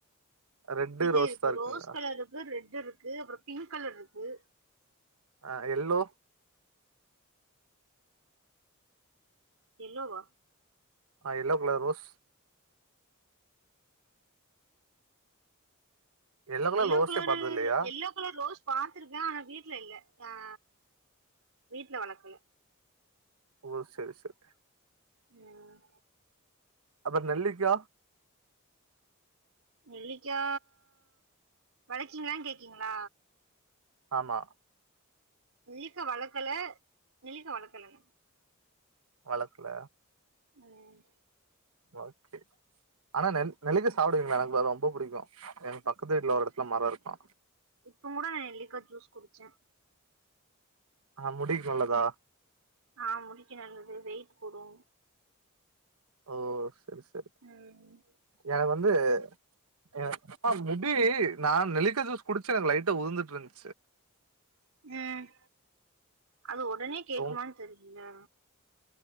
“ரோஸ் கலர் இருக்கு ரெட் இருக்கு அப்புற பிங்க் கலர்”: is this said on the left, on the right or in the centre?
Right